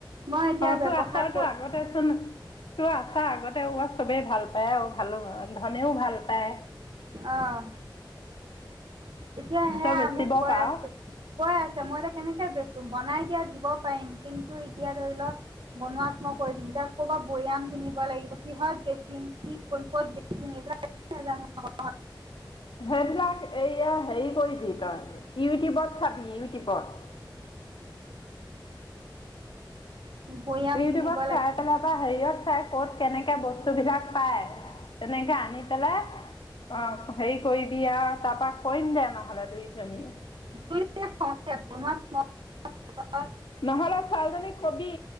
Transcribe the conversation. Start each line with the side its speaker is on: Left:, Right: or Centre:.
Right: মই এতিয়া
Left: অ
Right: ব্যৱসায়
Left: তোৰ আচাৰতো
Right: কৰ
Left: <unintelligible> তোৰ আছাৰ আগতে ৱ চবেই ভাল পায় আৰু ভালো হয়। ধনেও ভাল পায়।
Right: অ এতিয়া সেয়া
Left: তই বেচিব
Right: মোক কৈ
Left: পাৰ
Right: আছে, কৈ আছে মই এতিয়া কেনেকে বেছ বনাই দিয়াত দিব পাৰিম, কিন্তু এতিয়া ধৰি লওক বনোৱাত মই কৰি দিম, এতিয়া ক'বাত বৈয়াম কিনিব লাগিব, কিহত বেছিম, কি কৰিম, ক'ত বে <unintelligible>
Left: সেইবিলাক এইয়া হেৰি কৰিবি তই, ইউটিউবত চাবি ইউটিউবত।
Right: বৈয়াম
Left: ইউটিউবত
Right: কিনিব লাগিব
Left: চাই পেলাই ত পৰা হেৰিয়ত চাই ক'ত কেনেকে বস্তু বিলাক পায় তেনেকে আনি পেলে। অঁ হেৰি কৰিবি আৰু তাৰপা কৰিম দে নহ'লে দুইজনীয়ে।
Right: <inaudible>
Left: নহলে ছোৱালীজনীক কবি